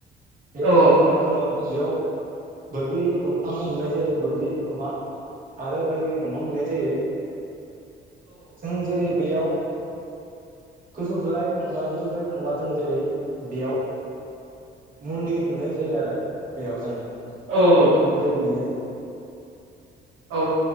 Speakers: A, on the right; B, on the right.
A: बे
B: औ
A: खाथियाव थांबा जोङो बेयाव बोग्रि दंफां नुनाय जायो बोग्रि दंफां। आरो बायदि बायदि दंफां नुनाय जायो जों जेरै बेयाव गोजौ द्राय थांबा गोजौ जाय थांबा जों जेरै बेयाव मन्दिर नुनाय जायो आरो बेयाव जों
B: औ
A: मन्दिर नुयो।
B: औ